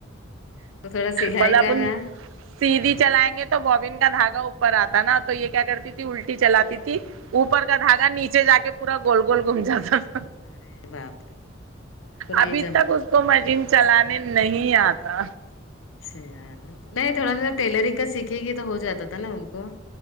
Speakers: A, on the left (about 75°); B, on the right (about 80°).
A: تو تھوڑا سلائی
B: بلا اپن
A: کا نہ
B: سیدھی چلائیں گے تو بابن کا دھاگا اوپر آتا نا تو یہ کیا کرتی تھی الٹی چلاتی تھی اوپر کا دھاگا نیچے جا کے پورا گول گول گھوم جاتا تھ
A: ارے باپ رے تو ان کو نہیں
B: ابھی
A: جمتا
B: تک اس
A: تھا
B: کو مشین چلانے نہیں آتا
A: ایسے یار ان کو نہیں تھوڑا سا ٹیلرنگ کا سیکھے گی تو ہو جاتا تھا نا ان کو